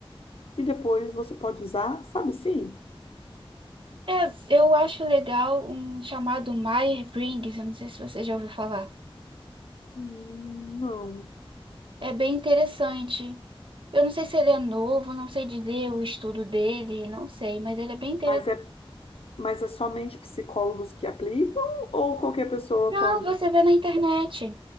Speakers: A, on the left; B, on the right.
A: e depois você pode usar, sabe assim?
B: É, eu acho legal um chamado Myers-Briggs, eu não sei se você já ouviu falar.
A: Hum, Não.
B: É bem interessante. Eu não sei se ele é novo, não sei dizer o estudo dele, não sei, mas ele é bem interessante.
A: Mas é, mas é somente psicólogos que aplicam ou qualquer pessoa
B: Não,
A: pode.
B: você vê na internet.